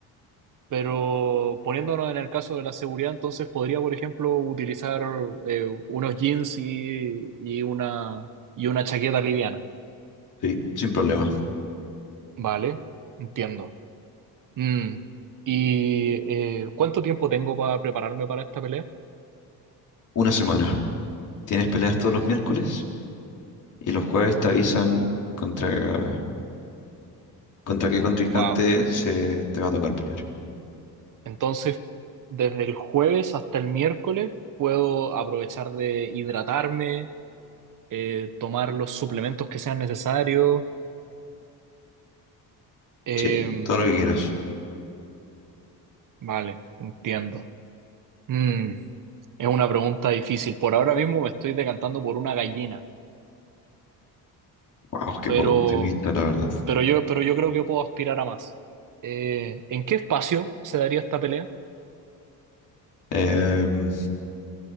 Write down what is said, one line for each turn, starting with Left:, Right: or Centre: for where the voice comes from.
Right: Pero poniéndonos en el caso de la seguridad, entonces podría, por ejemplo, utilizar eh, unos jeans y, y una, y una chaqueta liviana.
Left: sí, sin problema.
Right: Vale, entiendo. Mm, ¿Y eh, cuánto tiempo tengo para prepararme para esta pelea?
Left: Una semana. Tienes peleas todos los miércoles y los jueves te avisan contra, contra qué contrincante
Right: Wow.
Left: se te va a tocar pelear.
Right: Entonces, desde el jueves hasta el miércoles puedo aprovechar de hidratarme, eh, tomar los suplementos que sean necesarios. Em,
Left: Sí, todo lo que quieras.
Right: vale, entiendo. Mm. Es una pregunta difícil. Por ahora mismo me estoy decantando por una gallina,
Left: Wow, qué
Right: pero,
Left: poco optimista, la verdad.
Right: pero yo, pero yo creo que puedo aspirar a más. Eh, ¿en qué espacio se daría esta pelea?
Left: Em,